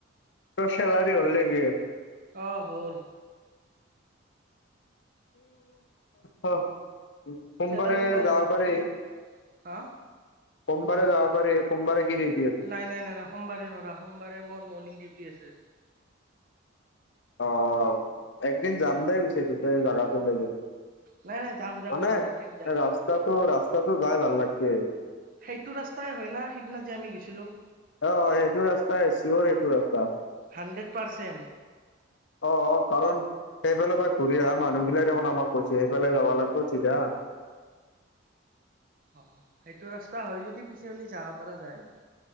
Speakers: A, on the left (about 60°); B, on the right (about 45°).
A: তোৰ চেলাৰী হল নেকি?।
B: অ', হ'ল।
A: <inaudible> সোমবাৰে
B: চেলাৰী হ'ল
A: যাব
B: কালি
A: পাৰি।
B: হা
A: সোমবাৰে যাব পাৰি, সোমবাৰে কি দি
B: নাই-নাই-নাই-নাই সোমবাৰে নৰা, সোমবাৰে মোৰ মৰ্ণিং ডিউটি আছে।
A: অ', একদিন যাম দে পিছে দুটাই জাগাটোলৈকে।
B: নাই নাই যাম যাম
A: মানে
B: যাম একদিন যাম
A: ৰাস্তাটো-ৰাস্তাটো যাই ভাল লাগে।
B: সেইটো ৰাস্তাই হয় না সেদিনা যে আমি গেছিলো।
A: অ', অ', সেইটো ৰাস্তাই চিয়ৰ সেইটো ৰাস্তা।
B: হাণ্ড্ৰেড পাৰ্চেন্ট
A: অ', অ', কাৰণ সেইফালৰ পৰা ঘূৰি আহা মানুহগিলাই দেখোন আমাক কৈছে সেইফালে যাব লাগিব চিধা।
B: অ', সেইটো ৰাস্তা হয় যদি পিছে উলি যাব পৰা যায়।